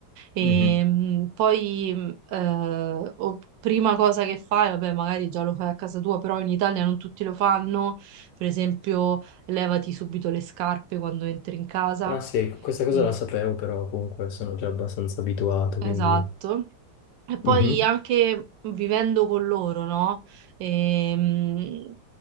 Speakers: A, on the right; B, on the left.
A: E,
B: Mhm.
A: mh, poi, mh, eh, o- prima cosa che fai, vabbè, magari già lo fai a casa tua, però in Italia non tutti lo fanno. Per esempio, levati subito le scarpe quando entri in casa.
B: Ah sì, questa cosa
A: Eh,
B: la sapevo, però comunque sono già abbastanza abituato,
A: esatto.
B: quindi...
A: E poi
B: Mhm,
A: anche vivendo con loro, no? Ehm,